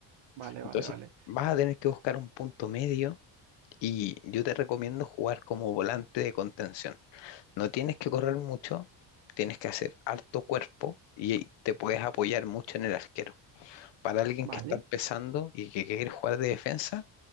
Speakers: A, on the right (about 60°); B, on the left (about 60°).
A: vale,
B: Entonces
A: vale, vale.
B: vas a tener que buscar un punto medio y yo te recomiendo jugar como volante de contención. No tienes que correr mucho, tienes que hacer harto cuerpo y te puedes apoyar mucho en el arquero. Para alguien
A: Vale,
B: que está empezando y que quiere jugar de defensa,